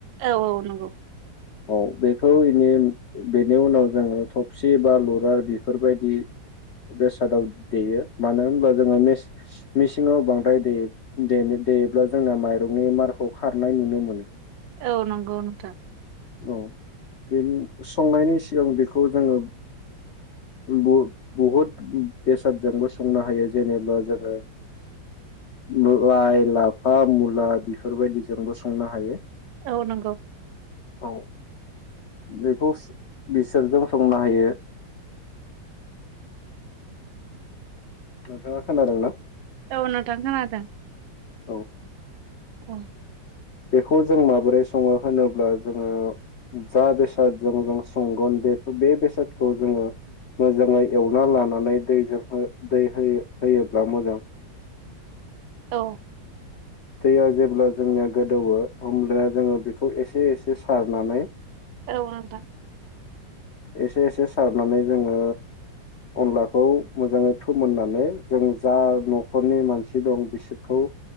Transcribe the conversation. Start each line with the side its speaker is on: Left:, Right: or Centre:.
Right: औ औ नंगौ
Left: औ बेखौ इनि बेनि उनाव जोङो थबसि बा लरार बेफोरबायदि बेसादाव देयो मानो होनबा जोङो मेसिन मिसिङाव बांद्राय देयो‌ देयो देयोब्ला जोंना माइरंनि मारखौ खारनाय नुनो मोनो।
Right: औ नंगौ नोंथां
Left: औ बेनि संनायनि सिगां बेखौ जोङो बुद बहुद बेसादजोंबो संनो हायो जेनेबा जोङो लाइ लाफा मुला बेफोरबायदि जोंबो संनो हायो।
Right: औ नंगौ
Left: औ बेखौ बिसोरजों संनो हायो। नोंथाङा खोनादोंना?
Right: औ नोंथां खोनादों
Left: औ
Right: अ
Left: बेखौ जों माबोरै सङो होनोब्ला जोङो जा बेसादजों जों संगोन। बेखो बे बेेसादखौ जोंङो मोजाङै एवना लानानै दैजों हो दै हो होयोब्ला मोजां <inaudible>
Right: औ
Left: दैया जेब्ला जोंनिया गोदौवो होमब्ला जोङो बेखौ एसे एसे सारनानै
Right: औ नोंथां
Left: एसे एसे सारनानै जोङो अनलाखौ मोजाङै फोमोननानै जों जा न'खरनि मानसि दं बिसोरखौ